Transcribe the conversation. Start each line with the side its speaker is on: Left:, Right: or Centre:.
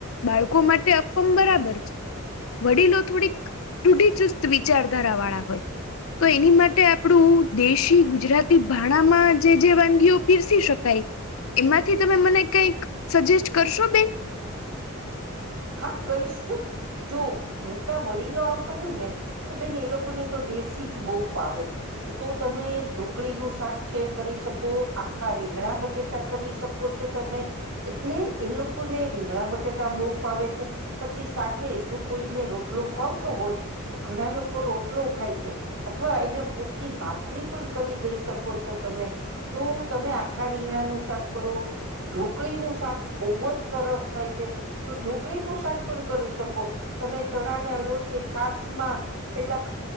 Left: બાળકો માટે અપમ બરાબર છે. વડીલો થોડીક ડૂઢી ચુસ્ત વિચારધારા વાળા હોય તો એની માટે આપણું દેશી ગુજરાતી ભા ણામાં જે જે વાનગીઓ પીરસી શકાય એમાંથી તમે મને કઈક સજેસ્ટ કરશો બેન?
Right: હા કઈશ ને જો મોટા વડીલો આવતા હોય ને તો બેન એ લોકોને તો દેશી જ બોવ ફાવે એ તો તમે ઢોકળીનું શાક છે, કરી શકો, આખા રીંગણા બટેટા કરી શકો છો તમે એટલે એ લોકોને રીંગણા બટેટા બોવ ફાવે છે, પછી સાથે જો કોઈને રોટલો ફાવતો હોય તો ઘણા લોકો રોટલો ખાય છે, અથવા એને પોચી ભાખરી પણ કરી દઈ શકો છો તમે તો તમે આખા રીંગણાનું શાક કરો ઢોકળીનું શાક બોવ જ સરસ થાય છે. તો ઢોકળી નું શાક પણ કરી શકો તમે ચણા ના લોટ છાસ માં પેલા